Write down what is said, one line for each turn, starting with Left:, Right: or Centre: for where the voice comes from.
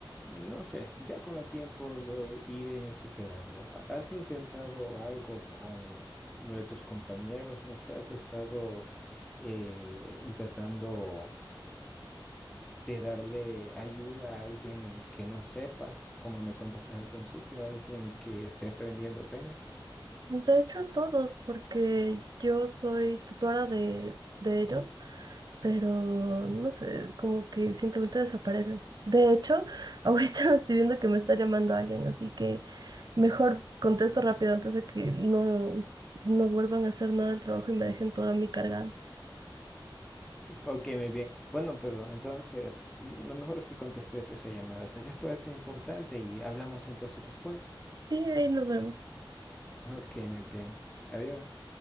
Centre: no sé, ya con el tiempo lo iré superando. ¿Ha- ¿Has intentado algo con lo de tus compañeros? No sé, has estado eh, intentando de darle ayuda a alguien que no sepa, como me contaste al principio, alguien que esté aprendiendo apenas.
Right: De hecho, a todos, porque yo soy tutora de, de ellos, pero no sé, como que simplemente desaparecen. De hecho, ahorita <laughs> me estoy viendo que me está llamando alguien, así que mejor contesto rápido antes de que no, no vuelvan a hacer nada del trabajo y me dejen toda mi cargada.
Centre: Ok, muy bien. Bueno, pero entonces lo mejor es que contestes esa llamada. Tal vez pueda ser importante y hablamos entonces después.
Right: Y ahí nos vemos.
Centre: Ok, muy bien. Adiós.